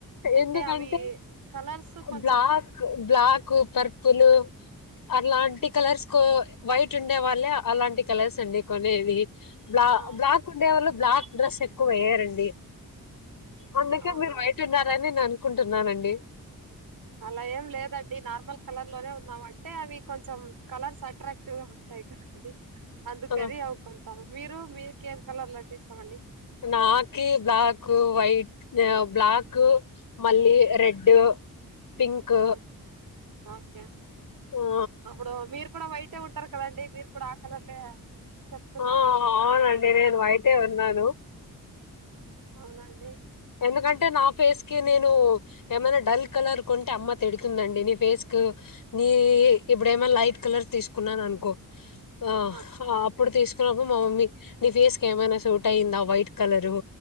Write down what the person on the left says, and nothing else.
ఎందుకంటే
బ్లాక్ బ్లాక్ కు పర్పుల్ అలాంటి కలర్స్ కో వైట్ ఉండే వాళ్ళే అలాంటి కలర్స్ అండి కొనేది బ్లా
బ్లాక్ ఉండేవాళ్ళు బ్లాక్ డ్రెస్ ఎక్కువ వేయారండి అందుకే
మీరు వైట్ ని నేను అనుకుంటున్నానండి
ఆ
నాకి బ్లాక్ వైట్ బ్లాక్ మళ్ళీ రెడ్ పింక్
ఆ
ఆ అవునండి నేను విట్ అదేవన్నాను
ఎందుకంటే నా ఫేస్ కి నేను ఏమైనా డల్ కలర్ కొంటే అమ్మ తిడుతుందండి నీ ఫేస్ కి నీ ఇప్పుడు ఏమైనా లైట్ కలర్ తీసుకున్నానను అనుకో ఆ
అప్పుడు తీసుకున్న మా మమ్మీ నీ ఫేస్ క ఏమైనా సూట్ అయ్యిందా వైట్ కలరు